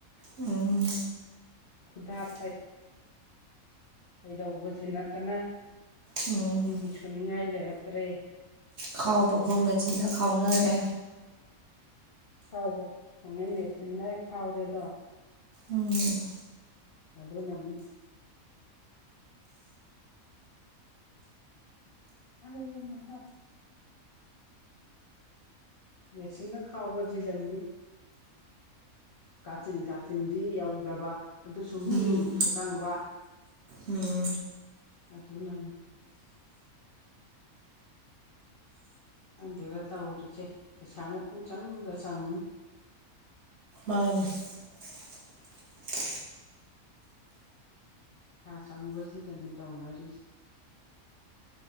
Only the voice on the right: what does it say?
ꯎꯝ
<unintelligible>
ꯎꯝ
ꯈꯥꯎꯕ ꯐꯥꯎ ꯃꯦꯆꯤꯟꯅ ꯈꯥꯎꯅꯔꯦ
ꯎꯝ
ꯎꯝ
ꯎꯝ
ꯃꯅꯤ <unintelligible>